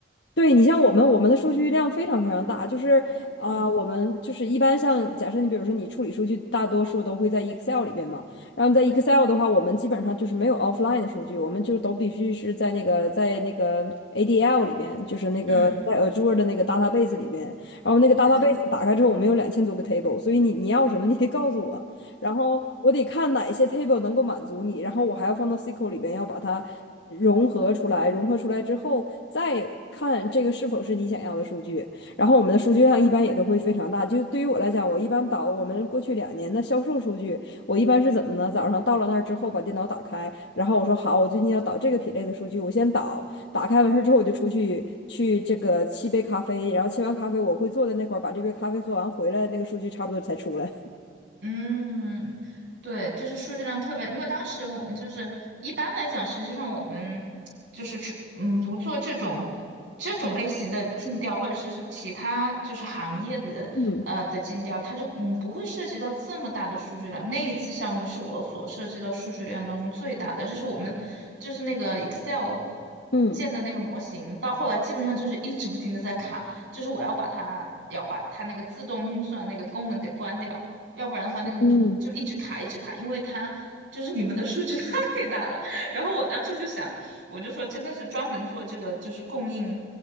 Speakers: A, on the left; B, on the right.
A: 对你像我们，我们的数据量非常非常大，就是啊、
B: 嗯
A: 我们就是一般像假设你比如说你处理数据，大多数都会在 Excel 里边嘛，然后在 Excel 的话，我们基本上就是没有 offline 的数据，我们就是都必须是在那个在那个 ADL 里边，就是那个在
B: 嗯，
A: Azure 的那个 database 里边，然后那个 database
B: 对对对。
A: 打开之后，我们有两千多个 table，所以你你要什么你得告诉我。然后我得看哪一些 table 能够满足你，然后我还要放到 SQL 里边，要把它融合出来。融合出来之后，再看这个是否是你想要的数据。然后我们的数据量一般也都会非常大。就对于我来讲，我一般导我们过去两年的销售数据，我一般是怎么呢？早上到了那儿之后，把电脑打开，然后我说好，我最近要导这个品类的数据，我先导。打开完事之后，我就出去去这个沏杯咖啡，然后沏完咖啡，我会坐在那块儿把这杯咖啡喝完，回来那个数据差不多才出来。
B: 嗯，对，就是数据量特别，因为当时我们就是一般来讲，实际上我们就是去嗯不做这种这种类型的尽调，或者是其他就是行业的呃的尽调，
A: 嗯
B: 它就嗯不会涉及到这么大的数据量。那一次项目是我所涉及到数据量当中最大的，就是我们就是那个 Excel
A: 嗯。
B: 建的那个模型，到后来基本上就是一直不停的在卡，就是我要把它要把它那个自动运算那个功能给关掉。要不然的话那个就一直卡一直卡，
A: 嗯，
B: 因为他就是你们的数据 <laughs> 太大了。<laughs> 然后我当时就想，我就说真的是专门做这个就是供应